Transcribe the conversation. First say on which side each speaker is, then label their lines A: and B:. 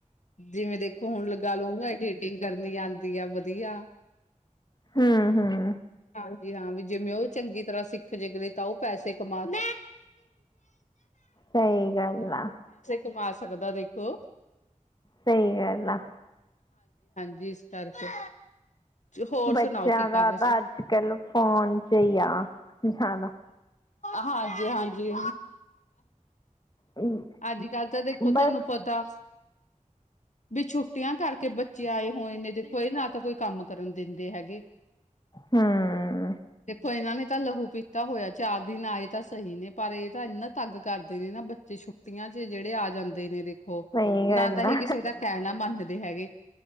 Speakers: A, on the left; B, on the left.
A: ਜਿਵੇਂ ਦੇਖੋ ਹੁਣ ਲਗਾ ਲਓ ਉਹਨੂੰ ਐਡੀਟਿੰਗ ਕਰਨੀ ਆਂ ਵਧੀਆ-ਵਧੀਆ
B: ਹਮ-ਹਮ
A: ਹਾਂਜੀ ਵੀ ਜਿਵੇਂ ਉਹ ਚੰਗੀ ਤਰ੍ਹਾਂ ਸਿੱਖ ਜੇ, ਜਿਵੇਂ ਤਾਂ ਉਹ ਪੈਸੇ ਕਮਾ ਦੇ
B: ਸਹੀ ਗੱਲ ਆ।
A: ਘੁੰਮਾ ਸਕਦਾ ਦੇਖੋ
B: ਸਹੀ ਗੱਲ ਆ।
A: ਜਿਸ ਕਰਕੇ- ਹੋਰ ਸੁਣਾਓ
B: ਬੱਚਿਆਂ
A: ਕੀ ਕਰ
B: ਦਾ
A: ਰਹੇ ਸੀ
B: ਤਾਂ ਅੱਜ ਕੱਲ- ਫੋਨ 'ਚ ਈ ਆ ਜਾਦਾ।
A: ਹਾਂਜੀ ਹਾਂਜੀ।
B: ਹਮ,
A: ਅੱਜ ਕੱਲ੍ਹ ਤਾਂ ਦੇਖੋ ਤੁਆਨੂੰ
B: ਬਸ
A: ਪਤਾ। ਵੀ ਛੁੱਟੀਆਂ ਕਰਕੇ ਬੱਚੇ ਆਏ ਹੋਏ ਨੇ। ਦੇਖੋ ਏ ਨਾ ਤਾਂ ਕੋਈ ਕੰਮ ਕਰਨ ਦੇਂਦੇ ਹੈਗੇ।
B: ਹਮ
A: ਦੇਖੋ ਇਨਾਂ ਨੇ- ਤਾਂ ਲਹੂ ਪੀਤਾ ਹੋਇਆ। ਚਾਰ ਦਿਨ ਆਏ ਤਾਂ ਸਹੀ ਨੇ ਪਰ ਇਹ ਤਾਂ ਇੰਨਾ ਤੰਗ ਕਰਦੇ ਨੇ ਨਾ ।ਬੱਚੇ ਛੁੱਟੀ- ਆਂ ਚ ਜੇੜੇ ਆ ਜਾਂਦੇ ਨੇ ਦੇਖੋ- ਹੋ-
B: ਸਹੀ ਗੱਲ
A: ਨਾ ਤਾਂ ਇਹ
B: ਆ
A: ਕਿਸੇ ਦਾ ਕਹਿਣਾ ਮੰਨਰ ਦੇ ਹੈਗੇ।